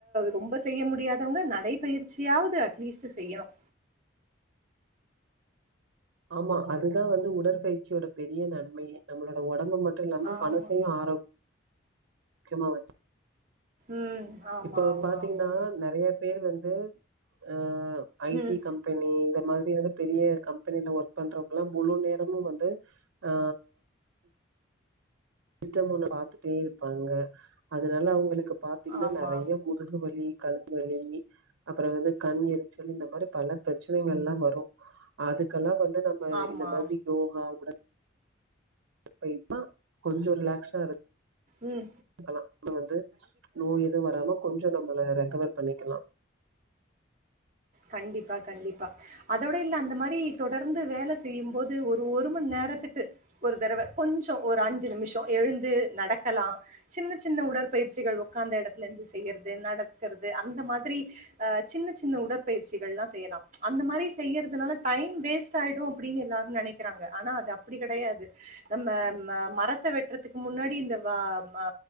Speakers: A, on the right (about 40°); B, on the right (about 80°).
A: ரொம்ப செய்ய முடியாதவங்க நடைபயிற்சியாவது அட்லீஸ்ட் செய்யணும்
B: ஆமா அதுதான் வந்து உடற்பயிற்சியோட பெரிய நன்மையே நம்மளோட உடம்பு மட்டும் இல்லாம
A: ஆமா.
B: மனசையும் ஆரோக் கியமா வச்சு
A: ம். ஆமா,
B: இப்போ
A: ஆமா,
B: பாத்தீங்கன்னா
A: ஆமா.
B: நெறைய பேர் வந்து அ ஐடி
A: ம்.
B: கம்பெனி இந்த மாதிரியெல்லா வந்து பெரிய கம் கம்பெனில ஒர்க் பண்றவங்கல்லாம் முழு நேரமும் வந்து ஆ சி்ஸ்டம் ஒர்க் பாத்துட்டே இருப்பாங்க அதனால அவுங்களுக்கு பாத்தீங்கன்னா
A: ஆமா.
B: நெறைய முதுகு வலி கழுத்து வலி அப்றோ வந்து கண் எரிச்சல் இந்த மாரி பல பிரச்சனைகள் எல்லாம் வரும் அதுக்கெல்லாம் வந்து நம் அ
A: ஆமா,
B: இந்த
A: ஆமா.
B: மாரி யோகா கூட அதுக்கு தா கொஞ்சோம் ரிலாக்ஸா இரு
A: உம்
B: க்கலாம் வந்து நோய் எதுவும் வராம கொஞ்சோம் நம்மளை ரெக்கவர் பண்ணிக்கலாம்
A: கண்டிப்பா கண்டிப்பா அதோட இல்ல அந்த மாரி தொடர்ந்து வேலை செய்யும் போது ஒரு ஒரு மணி நேரத்துக்கு ஒரு தடவ கொஞ்சோம் ஒரு அஞ்சு நிமிஷம் எழுந்து நடக்கலாம் சின்ன சின்ன உடற்பயிற்சிகள் உக்காந்த எடத்துல இருந்து செய்யுறது நடக்கிறது அந்த மாதிரி அ சின்ன சின்ன உடற்பயிற்சிகள் எல்லாம் செய்யலாம் அந்த மாரி செய்றதுனால டைம் வேஸ்ட் ஆயிடும் அப்டின்னு எல்லாரும் நெனைக்கிறாங்க ஆனா அது அப்டி கெடையாது நம்ம மரத்தை வெட்டுறதுக்கு முன்னாடி இந்த வா வா